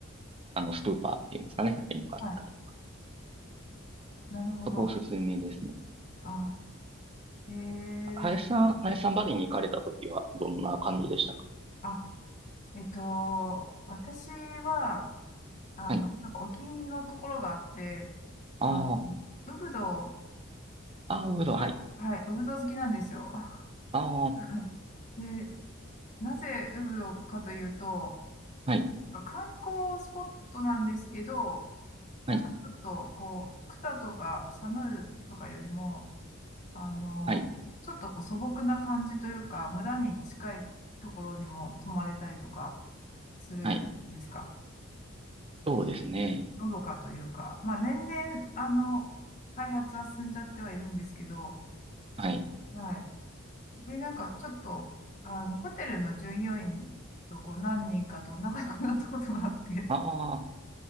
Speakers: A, on the right; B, on the left.
A: あの、ストゥーパーっていうんですかね、ああいうのがあったり。
B: はい、なるほど。
A: そこおすすめですね。
B: ああ、えー、
A: 林さん、林さんバリに行かれた時はどんな感じでしたか
B: あ、えっと、私は、あの、
A: はい。
B: なんかお気に入りのところがあって、
A: ああ、
B: あの、ウブド
A: ああ、ウード、はい。
B: あ、はい、ウブドウ好きなんですよ。
A: ああ、
B: <laughs> で、なぜウブドウかというと、
A: はい、
B: 観光スポットなんですけど、なんかちょっと、
A: はい、
B: こう、クタとかサヌールとかよりも、あの、
A: はい、
B: ちょっとこう素朴な感じというか、村に近いところにも泊まれたりとかするんですか。
A: はい。そうですね。
B: のどかというか、まあ年々、あの、開発は進んじゃってはいるんですけど、
A: はい。
B: はい。で、なんかちょっと、あの、ホテルの従業員とこう何人かと仲良くなったことがあって
A: あ